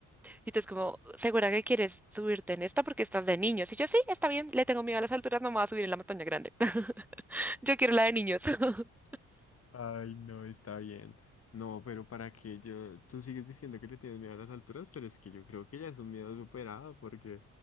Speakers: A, in the centre; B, on the left.
A: Y tú como, ¿segura que quieres subirte en esta porque estás de niños? Y yo, sí, está bien, le tengo miedo a las alturas, no me voy a subir en la montaña grande. <laughs> Yo quiero la de niños. <laughs>
B: Ay, no, está bien. No, pero para qué yo, tú sigues diciendo que le tienes miedo a las alturas, pero es que yo creo que ya es un miedo superado, porque